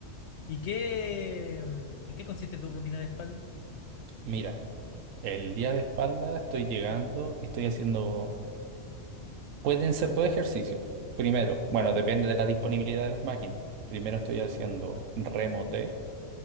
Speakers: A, on the left (about 65°); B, on the right (about 85°).
A: ¿Y qué, mm, en qué consiste tu rutina de espalda?
B: Mira, el día de espalda estoy llegando y estoy haciendo. Pueden ser dos ejercicios. Primero, bueno,
A: Ya,
B: depende de la disponibilidad de las máquinas. Primero estoy haciendo remote